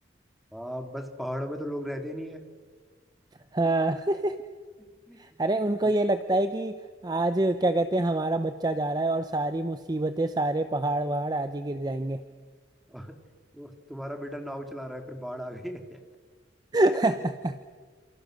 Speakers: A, in the centre; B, on the right (about 20°).
A: हाँ बस पहाड़ों में तो लोग रहते ही नहीं है
B: हाँ <laughs>
A: <laughs>
B: अरे उनको ये लगता है कि आज क्या कहते हैं हमारा बच्चा जा रहा है और सारी मुसीबतें सारे पहाड़ वहाड़ आज ही गिर जाएंगे
A: और तो तुम्हारा बेटा नाव चला रहा है फिर बाढ़ आ गई है
B: <laughs>